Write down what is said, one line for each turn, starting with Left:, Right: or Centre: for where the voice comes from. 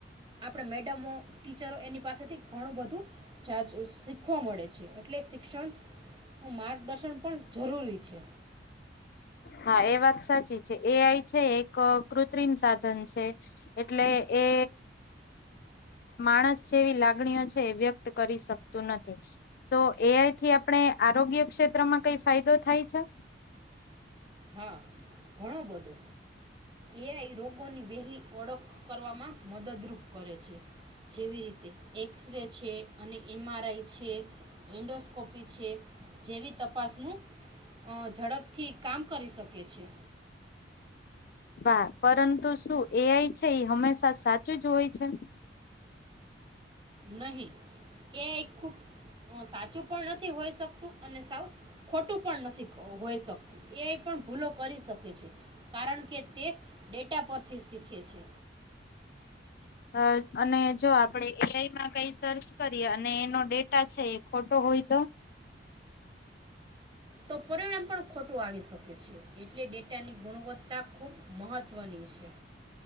Right: આપણે મેડમો ટીચરો એની પાસેથી ઘણું બધું જા શીખવા મળે છે એટલે શિક્ષણ મા દર્શન પણ જરૂરી છે
Left: હા એ વાત સાચી છે એ આઈ છે એક કૃત્રિમ સાધન છે એટલે એ માણસ જેવી લાગણીઓ છે એ વ્યક્ત કરી શકતું નથી તો એઆઈ થી આપણે આરોગ્ય ક્ષેત્રમાં કઈ ફાયદો થાય છે
Right: હા ઘણો બધો એઆઈ રોગોની વહેલી ઓળખ કરવામાં મદદરૂપ કરે છે જેવી રીતે એક્સ ર છે અને એમઆરઆઈ છે એન્ડોસ્કોપી છે જેવી તપાસનું ઝડપ ઠક કરી શકે છે
Left: વા પરંતુ શું એઆઈ છે એ હંમેશા સાચું જ હોય છે
Right: નહી એ ખૂબ સાચું પણ નથી હોઈ શકતું અને સાવ ખોટું પણ નથી હોઈ શકતું એ પણ ભૂલો કરી શકે છે કારણ કે તે ડેટા પરથી શીખે છે
Left: અ અને જો આપણેે એઆઈમાં કઈ સર્ચ કરીએ અને એનો ડેટા છે એ ખોટો હોય તો
Right: તો પરિણામ પણ ખોટું આવી શકે છે એટલે ડેટાની ગુણવત્તા ખૂબ મહત્વની છે